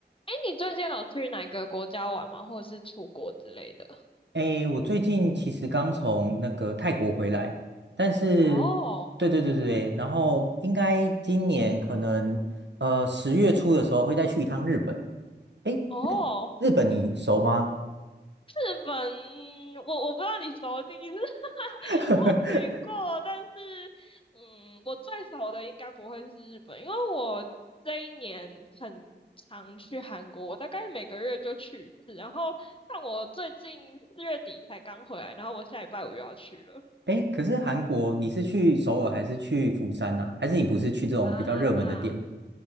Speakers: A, on the left; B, on the right.
A: 哎你最近有去哪个国家玩吗？或者是出国之类的？
B: 诶，我最近其实刚从那个泰国回来，但是，
A: 哦
B: 对对对对，然后应该今年可能呃十月初的时候会再去一趟日本。诶，
A: 哦，
B: 日本你熟吗？
A: 日本，我我不知道你熟的定义是，<laughs>
B: <laughs>
A: 我有去过，但是嗯，我最熟的应该不会是日本，因为我这一年很常去韩国，我大概每个月就去一次，然后像我最近四月底才刚回来，然后我下礼拜五又要去了
B: 诶，可是韩国你是去首尔还是去釜山呐、还是你不是去这种比较热门的店
A: 啊。